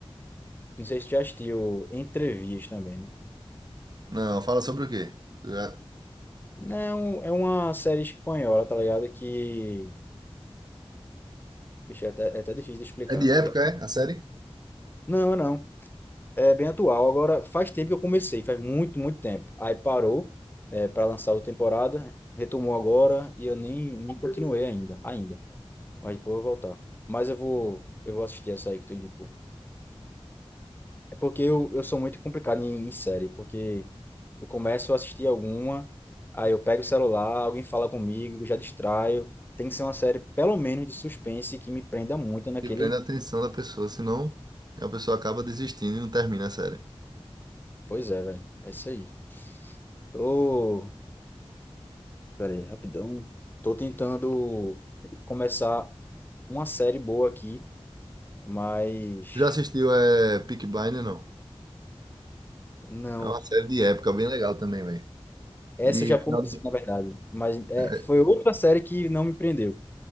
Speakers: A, on the left; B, on the right.
A: Não sei se tu já assistiu Entrevias também, né?
B: Não, fala sobre o quê? Tu já-
A: Não, é um, é uma série espanhola, tá ligado? Que, bicho, é até, é até difícil de explicar,
B: É de
A: porque...
B: época, é? A série?
A: Não, não. É bem atual. Agora, faz tempo que eu comecei, faz muito, muito tempo. Aí parou, é, para lançar outra temporada, retomou agora e eu nem, nem continuei ainda, ainda. Mas depois eu vou voltar. Mas eu vou, eu vou assistir essa aí que tu indicou. É porque eu, eu sou muito complicado em, em série, porque eu começo a assistir alguma, aí eu pego o celular, alguém fala comigo, já distraio. Tem que ser uma série, pelo menos, de suspense que me prenda muito naquele.
B: E prende a atenção da pessoa, senão a pessoa acaba desistindo e não termina a série.
A: Pois é, velho. É isso aí. Tô. Pera aí, rapidão. Tô tentando começar uma série boa aqui, mas
B: Já assistiu é, Peaky Blinders? Não.
A: não.
B: É uma série de época bem legal também, velho.
A: Essa
B: E
A: eu já
B: final
A: comecei,
B: de...
A: na verdade. Mas é,
B: é,
A: foi outra série que não me prendeu.